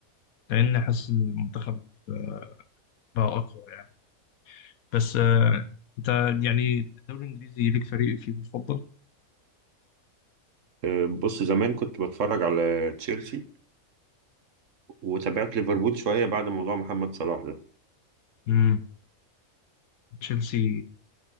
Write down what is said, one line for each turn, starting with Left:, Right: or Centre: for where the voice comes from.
Left: لان حاسس إن المنتخب آه، بقى اقوى يعني بس آه، انت يعني الدوري الانجليزي ليك فريق فيه مفضل
Right: أه، بص زمان كنت بتفرج على تشيلسي وتابعت ليفربول شوية بعد موضوع محمد صلاح ده
Left: امم تشيلسي